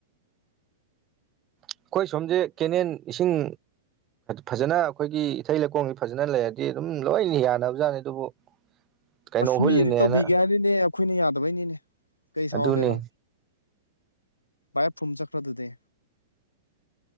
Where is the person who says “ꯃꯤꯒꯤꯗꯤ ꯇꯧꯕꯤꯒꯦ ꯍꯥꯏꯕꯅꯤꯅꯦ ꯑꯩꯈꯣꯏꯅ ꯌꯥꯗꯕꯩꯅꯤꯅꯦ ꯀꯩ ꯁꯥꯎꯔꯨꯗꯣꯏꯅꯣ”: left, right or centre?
Left